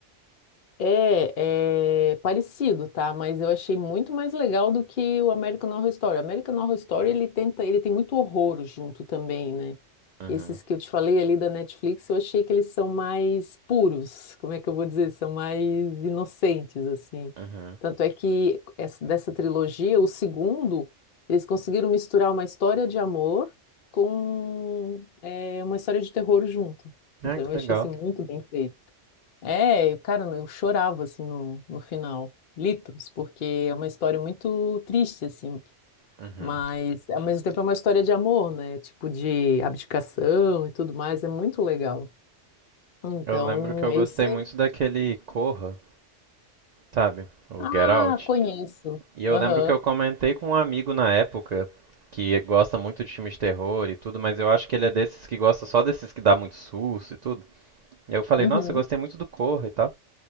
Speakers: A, on the left; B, on the right.
A: É, é parecido, tá? Mas eu achei muito mais legal do que o American Horror Story. O American Horror Story, ele tenta, ele tem muito horror junto também, né?
B: Uhum,
A: Esses que eu te falei ali da Netflix, eu achei que eles são mais puros, como é que eu vou dizer? São mais inocentes, assim.
B: uhum.
A: Tanto é que essa- dessa trilogia, o segundo, eles conseguiram misturar uma história de amor com é, uma história de terror junto.
B: Ah,
A: Então
B: que
A: eu
B: legal.
A: achei assim, muito bem feito. É, cara, eu chorava assim no, no final, litros, porque é uma história muito triste assim,
B: Uhum.
A: mas ao mesmo tempo é uma história de amor, né? Tipo de abdicação e tudo mais, é muito legal. Então,
B: Eu lembro que eu
A: esse,
B: gostei muito daquele Corra, sabe? O
A: ah,
B: Get Out.
A: conheço.
B: E eu
A: Aham.
B: lembro que eu comentei com um amigo na época que gosta muito de filmes de terror e tudo, mas eu acho que ele é desses que gosta só desses que dá muito susto e tudo. E eu falei,
A: Uhum.
B: nossa, eu gostei muito do Corra e tal.